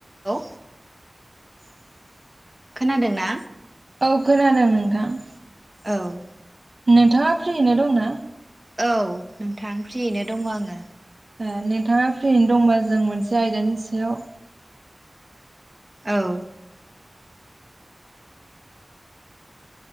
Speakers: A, on the right; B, on the right.
A: Hello.
B: <inaudible>
A: खोनादोंना?
B: औ खोनादों नोंथां।
A: औ।
B: नोंथाङा फ्रियैनो दंना?
A: औ नोंथां फ्रियैनो दङ आङो।
B: ओ नोंथाङा फ्रियैनो दंबा जों मोनसे आयदानि सायाव
A: औ।